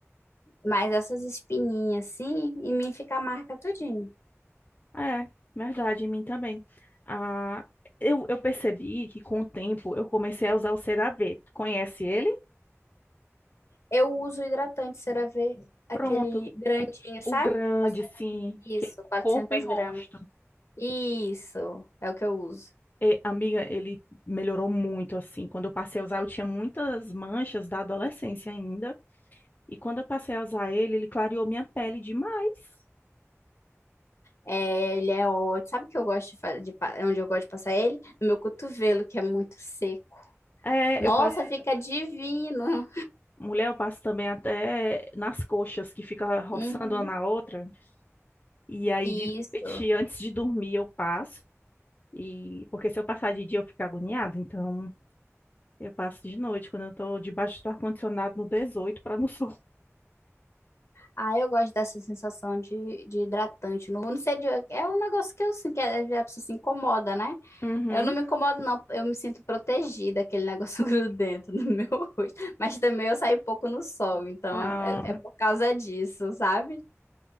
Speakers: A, on the left; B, on the left.
A: Mas essas espinhas assim, em mim fica a marca tudinho.
B: é verdade, em mim também. Ah, eu, eu percebi que com o tempo eu comecei a usar o CeraVe. Tu Conhece ele?
A: Eu uso hidratante CeraVe, aquele
B: Pronto.
A: grandinho, sabe?
B: O grande,
A: 400
B: sim,
A: Isso,
B: que é
A: 400
B: corpo e rosto.
A: gramas. Isso, é o que eu uso.
B: E, amiga, ele melhorou muito, assim. Quando eu passei a usar, eu tinha muitas manchas da adolescência ainda. E quando eu passei a usar ele, ele clareou minha pele demais.
A: É, ele é ótimo. Sabe o que eu gosto de fazer, onde eu gosto de passar ele? No meu cotovelo, que é muito seco.
B: É,
A: Nossa,
B: eu passei.
A: fica divino.
B: Mulher, eu passo também até nas coxas, que fica roçando
A: Uhum.
B: uma na outra. E aí,
A: Isso.
B: de noite, antes de dormir, eu passo. E porque se eu passar de dia, eu fico agoniada. Então, eu passo de noite, quando eu tô debaixo do ar-condicionado no dezoito para não <laughs> sul.
A: Ah, eu gosto dessa sensação de, de hidratante. Não, não sei, de- é um negócio que eu sinto, que às vezes a pessoa se incomoda, né?
B: Uhum.
A: Eu não me incomodo, não. Eu me sinto protegida, aquele negócio <laughs> grudento no meu rosto. Mas também eu saio pouco no sol, então
B: Ah,
A: é, é por causa disso, sabe?